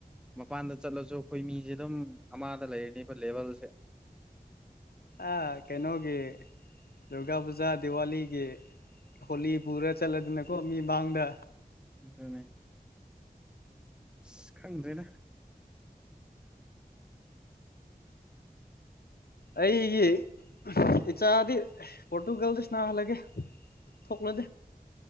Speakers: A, in the centre; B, on the left.
A: ꯃꯄꯥꯟꯗ ꯆꯠꯂꯁꯨ ꯑꯩꯈꯣꯏ ꯃꯤꯁꯦ ꯑꯗꯨꯝ ꯑꯃꯗ ꯂꯩꯔꯅꯤꯕ ꯂꯦꯕꯦꯜꯁꯦ
B: ꯑꯥ ꯀꯩꯅꯣꯒꯤ ꯗꯨꯔꯒꯥ ꯄꯨꯖꯥ ꯗꯤꯋꯥꯂꯤꯒꯤ ꯍꯣꯂꯤ ꯄꯨꯔ ꯆꯠꯂꯗꯅꯀꯣ ꯃꯤ ꯃꯥꯡꯗ
A: ꯑꯗꯨꯅꯦ ꯏꯁ ꯈꯪꯗ꯭ꯔꯦꯗ
B: ꯑꯩꯒꯤ ꯏꯆꯥꯗꯤ ꯄꯣꯔꯇꯨꯒꯜꯗ ꯁꯅꯥꯍꯜꯂꯒꯦ ꯊꯣꯛꯂꯗꯦ